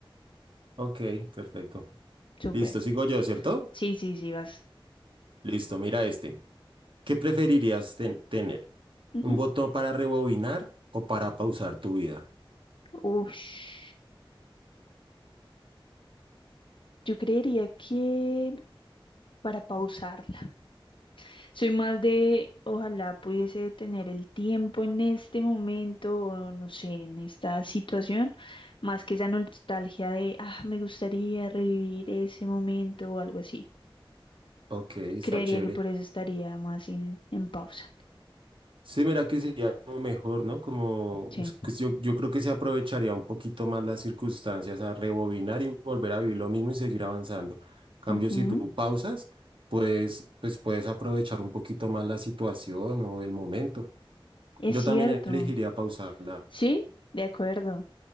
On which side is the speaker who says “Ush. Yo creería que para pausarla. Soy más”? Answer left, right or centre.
Left